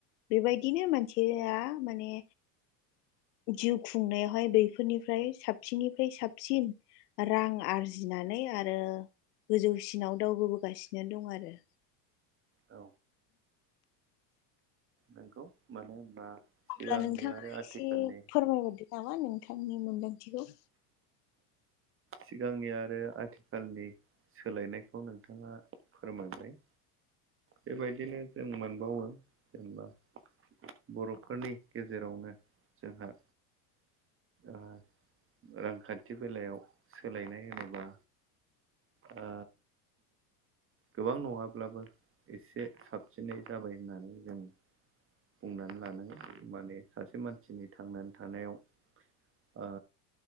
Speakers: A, on the left; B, on the right.
A: बेबायदिनो मानसिया माने जिउ खुंनायावहाय बैफोरनिफ्राय साब सिननिफ्राय साबसिन रां आरजिनानै आरो गोजौसिनाव दावबोबोगासिनो दं आरो
B: औ नोंगौ मानो होनबा सिगांनि
A: अब्ला नोंथाङा
B: आरो आथिखालनि
A: एसे फोरमायहरदो नामा नोंथांनि मोनदांथिखौ।
B: सिगांनि आरो आथिखालनि सोलायनायखौ नोंथाङा फोरमायबाय। बेबायदिनो जों मोनबावो जेनेबा बर'फोरनि गेजेरावनो जोंहा ओ रांखान्थि बेलायाव सोलायनाय होनोबा आ गोबां नङाब्लाबो एसे साबसिनै जाबाय होननानै जों बुंनानै लानांगौ माने सासे मानसिनि थांनानै थानायाव ओ